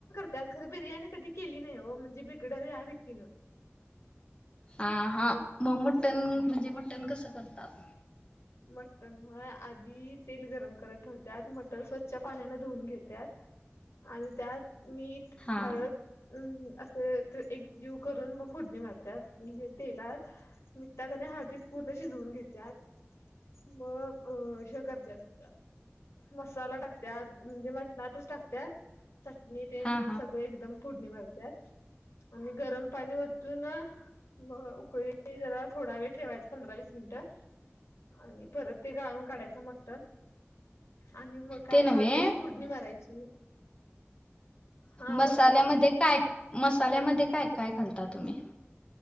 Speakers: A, on the left; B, on the left.
A: त्यात खरं बिर्याणी कधी केली नाही हो, म्हणजे बिघडल या भीतीन
B: हा हा मग मटन म्हणजे मटण कसं करतात?
A: मटण होय, आधी तेल गरम करायला ठेवतात. मटन स्वच्छ पाण्यान धुवून घेतात. आणि त्यात मीठ,
B: हा
A: हळद अ असे एक जीव करून मग फोडणी मारत्यात म्हणजे तेलात मिठात आणि हळदीत पूर्ण शिजवून घेत्यात. मग हे करत्यात. मसाला टाकत्यात म्हणजे मटणातच टाकत्यात चटणी तेन
B: हा हा
A: सगळ एकदम फोडणी मारत्यात आणि गरम पाणी वतून मग उकळी जरा थोडा वेळ ठेवायचं पंधरा, वीस मिनटं आणि परत ते गाळून काढायचं मट्न आणि मग काय
B: ते नव्हे
A: कांद्याची फोडणी मारायची. हा
B: मसाल्यामध्ये
A: बोला की
B: काय मसाल्यामध्ये काय काय घालता तुम्ही